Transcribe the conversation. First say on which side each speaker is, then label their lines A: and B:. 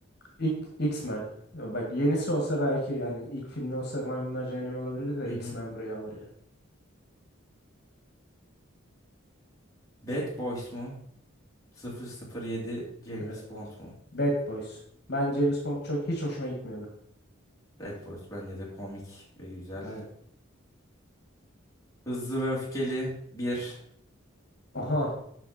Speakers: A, on the left; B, on the left.
A: İlk X-Men. Ya Bak yenisi olsa belki yani ilk filmi olsa Maymunlar Cehennemi olabilirdi de
B: Hı hı.
A: X-Men burayı alır ya.
B: Bad Boys mu? sıfır sıfır yedi James
A: Evet.
B: Bond mu?
A: Bad Boys. Ben James Bond çok hiç hoşuma gitmiyordu.
B: Bad Boys bence de komik ve güzel.
A: Aynen.
B: Hızlı ve öfkeli bir.
A: Oha.